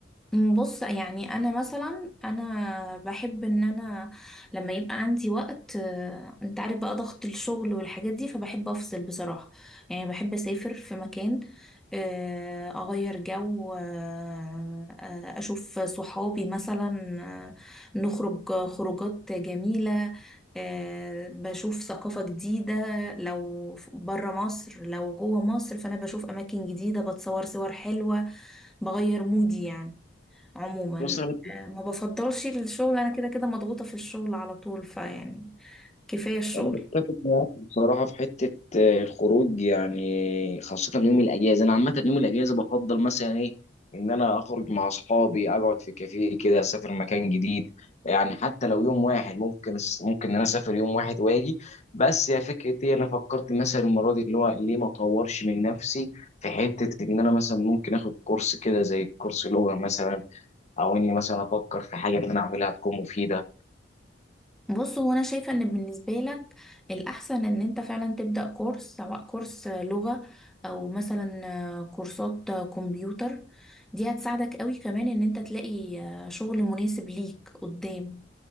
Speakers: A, in the centre; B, on the left.
A: بص يعني انا مثلا انا بحب ان انا لما يبقى عندي وقت آه، انت عارف بقى ضغط الشغل والحاجات دي فبحب افصل بصراحة يعني بحب اسافر في مكان آه، اغير جو آه، آه، اشوف صحابي مثلا آه، نخرج خروجات جميلة آه، بشوف ثقافة جديدة لو برا مصر لو جوه مصر فانا بشوف اماكن جديدة بتصور صور حلوة بغير مودي يعني عموما
B: مثلا
A: آه، ما بفضلش الشغل انا كده كده مضغوطة في الشغل على طول فيعني كفاية الشغل
B: انا بتفق معاك بصراحه في حته آه، الخروج يعني خاصه يوم الاجازه انا عامه يوم الاجازه بفضل مثلا ايه ان انا اخرج مع اصحابي اقعد في كافيه كده اسافر مكان جديد يعني حتى لو يوم واحد ممكن ممكن ان انا اسافر يوم واحد واجي بس يا فكره ايه انا فكرت مثلا المره دي اللي هو ليه ما اطورش من نفسي في حته ان انا مثلا ممكن اخد كورس كده زي كورس لغه مثلا او اني مثلا افكر في حاجه ان انا اعملها تكون مفيده
A: بص هو انا شايفة ان بالنسبة لك الاحسن ان انت فعلا تبدأ كورس سواء كورس لغة او مثلا آه، كورسات آه، كمبيوتر دي هتساعدك قوي كمان ان انت تلاقي آه، شغل مناسب ليك قدام